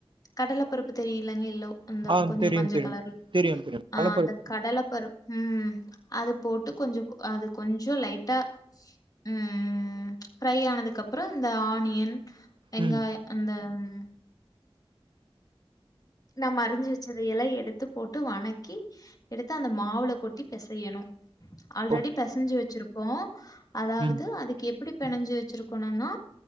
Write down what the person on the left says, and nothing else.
கடல பருப்பு தெரியலங்க யேல்லோ அந்த
கொஞ்ச
மஞ்ச
கலர்ல
ஆஹ்
அந்த கடல பருப் உம் அது போட்டு கொஞ்ச அது கொஞ்ச லைட்டா ஊம் ஃப்ரை ஆனதுக்கு அப்பறம் இந்த ஆனி யன் வெங்காய
அந்த ம் நம்ம அறிஞ்சு வச்சத எல்லா எடுத்து போட்டு வணக்கி எடுத்து அந்த மாவுல கொட்டி பெசையணும் ஆல்ரெடி
பேசஞ்சு வெச்சிரு இப்போ அதாவது
அதுக்கு எப்டி பிணஞ்சு வச்சிருக்கணும்னா